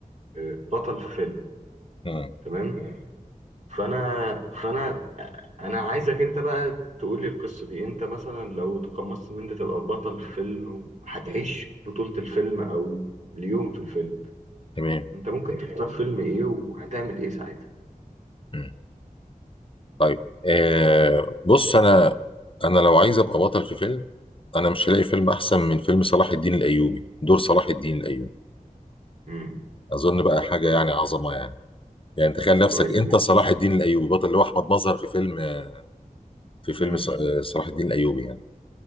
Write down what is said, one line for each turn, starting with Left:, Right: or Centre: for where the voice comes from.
Right: آه، بطل فيلم
Left: مم.
Right: تمام فانا فانا انا عايزك انت بقى تقول لي القصه دي انت مثلا لو تقمصت ان انت تبقى بطل فيلم وهتعيش بطوله الفيلم او اليوم في الفيلم
Left: تمام
Right: انت ممكن تختار فيلم ايه وهتعمل ايه ساعتها
Left: مم. طيب آه بص انا انا لو عايز ابقى بطل في فيلم انا مش هلاقي فيلم احسن من فيلم صلاح الدين الايوبي دور صلاح الدين الايوبي
Right: امم
Left: اظن بقى حاجه
Right: كويس
Left: يعني عظمه يعني يعني تخيل نفسك
Right: كويس
Left: انت
Right: جدا.
Left: صلاح الدين الايوبي بطل اللي هو احمد مظهر في فيلم آه، في فيلم
Right: امم
Left: ص- آه، صلاح الدين الايوبي يعني